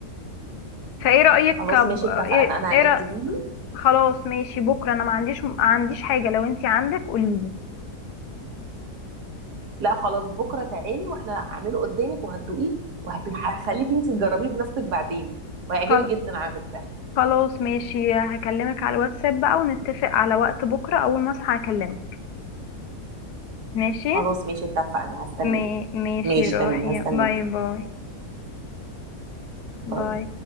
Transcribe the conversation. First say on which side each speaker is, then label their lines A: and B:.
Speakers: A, on the left; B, on the right.
A: فايه رايك
B: خلاص
A: ب-
B: ماشي
A: ايه,
B: اتفقنا انا
A: إيه رأ...
B: تجيلي
A: خلاص ماشي بكره انا ما عنديش ما عنديش حاجه لو انت عندك قوليلي
B: لا خلاص بكره تعالي واحنا هعمله قدامك وهتدوقيه وهخليكي انت تجربيه بنفسك بعدين وهيعجبك
A: خل...
B: جدا على فكره
A: خلاص ماشي هكلمك على الواتساب بقى ونتفق على وقت بكره اول ما اصحى هكلمك ماشي
B: خلاص ماشي اتفقنا هستنيك
A: مي... ماشي
B: ماشي
A: روحي
B: تمام هستنيك
A: باي باي
B: باي
A: باي